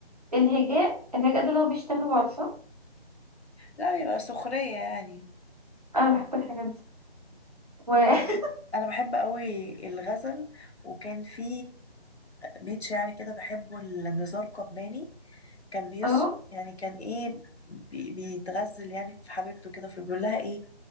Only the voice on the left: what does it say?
لا يبقى سخرية يعني
أنا بحب
أنا بحب قوي الغزل وكان في بيت شعري كده بحبه لنزار قباني كان بيس
يعني كان إيه بي- بيتغزل يعني في حبيبته كده فبيقول لها إيه